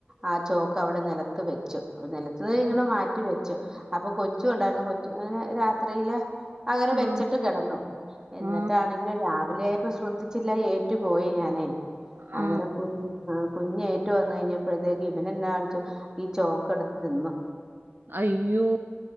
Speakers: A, on the right; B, on the right.
A: ആ ചോക്ക് അവിടെ നെലത്ത് വെച്ചു- നെലത്ത് ഇങ്ങെനെ
B: ആ
A: മാറ്റി വെ ച്ച് അപ്പൊ കൊച്ചുണ്ടായിരുന്നു കൊച്ച് അങ്ങനെ രാത്രിയില് അങ്ങന
B: ആ
A: വെച്ചിട്ട് കെടന്നു എന്നിട്ടാണെങ്കിൽ
B: ആ
A: രാ - <unintelligible> ശ്രദ്ധിച്ചില്ല ഏ റ്റ് പോയി ഞാന് അന്നേരം
B: ആ
A: കു ആ കുഞ്ഞ് ഏറ്റു വന്ന് കഴിഞ്ഞപ്പഴത്തേക്ക്‌ ഇവനെന്നാ കാണിച്ചു ഈ ചോക്കെട്ത്ത് തിന്നു
B: അയ്യോ